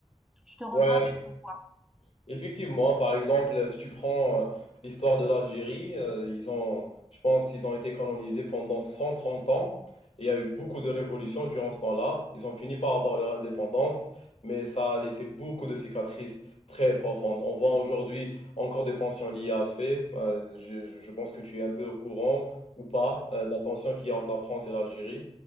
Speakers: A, in the centre; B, on the left.
A: Je te rejoins
B: Ouais,
A: sur ce point.
B: Effectivement, par exemple, si tu prends euh, l'histoire de l'Algérie, euh, ils ont, je pense, ils ont été colonisés pendant 130 ans. Et il y a eu beaucoup de révolutions durant ce temps-là. Ils ont fini par avoir leur indépendance, mais ça a laissé beaucoup de cicatrices très profondes. On voit aujourd'hui encore des tensions liées à ce fait. Euh, je, je- je pense que tu es un peu au courant ou pas
A: Ouais.
B: euh, de la tension qu'il y a entre la France et l'Algérie.